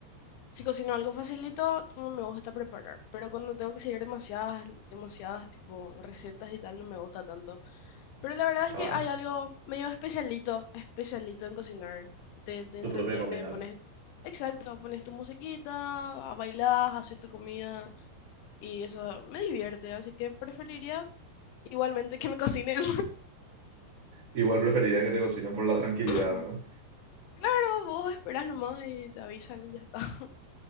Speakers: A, on the left (about 85°); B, on the right (about 35°).
A: si cocino algo facilito, no me gusta preparar. Pero cuando tengo que seguir demasiadas, demasiadas tipo recetas y tal, no me gusta tanto. Pero la verdad es
B: Ah,
A: que hay algo medio especialito, especialito en cocinar. Te, te
B: tu
A: entretiene,
B: propia comida.
A: pones,
B: ¿no?
A: exacto, pones tu musiquita, bailás, haces tu comida y eso me divierte. Así que preferiría Igualmente que me cocinen.
B: Igual preferirías que te cocinen por la tranquilidad,
A: <laughs> Claro, vos esperás nomás y te avisan y ya está. <laughs>